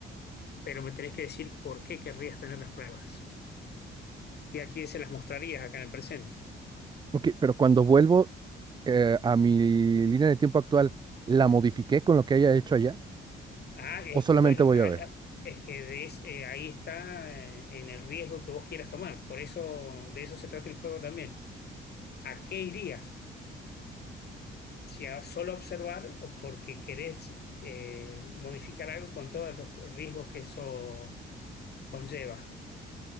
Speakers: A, on the left; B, on the right.
A: Pero me tenés que decir por qué querrías tener las pruebas y a quién se las mostrarías acá en el presente.
B: Ok, pero cuando vuelvo eh, a mi línea de tiempo actual, ¿la modifiqué con lo que haya hecho allá?
A: Ah, es
B: ¿O solamente
A: que bueno,
B: voy
A: ah,
B: a ver?
A: ah, es que de es- eh, ahí está eh, en el riesgo que vos quieras tomar. Por eso, de eso se trata el juego también. ¿A qué irías? si a solo observar o porque querés eh, modificar algo con todos los riesgos que eso conlleva.